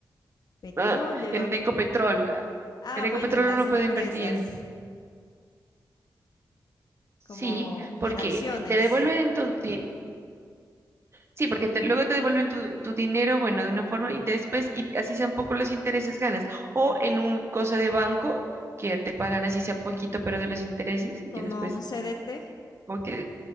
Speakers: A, on the left; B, on the right.
A: Petróleo.
B: Ah, en Ecopetrol.
A: Ah,
B: En Ecopetrol
A: bueno, en las
B: uno
A: empresas,
B: puede invertir. Sí,
A: como
B: porque
A: en acciones,
B: te devuelven tu din- Sí, porque te- luego te devuelven tu, tu dinero, bueno, de una forma y después, y así sean poco los intereses ganas. O en un cosa de banco que te pagan así sea poquito, pero de los intereses y
A: como
B: que después,
A: un CDT.
B: como que